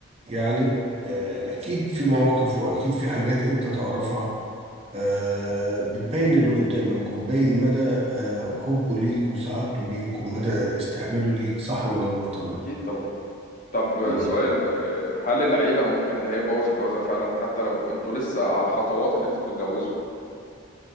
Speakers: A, on the right; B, on the left.
A: يعني آه، أكيد في مواقف وأكيد في حاجات أنت تعرفها آه، بتبين اللي قدامك وتبين مدى آه، حبه ليك وسعادته بيك ومدى استحماله ليك صح ولا أنا غلطان
B: اكيد طبعا طب
A: مم.
B: سؤال آه، هل العيلة ممكن إن هي تبوظ الجوازة فعلا حتى لو أنتوا لسه على خطوات إن أنتوا تتجوزوا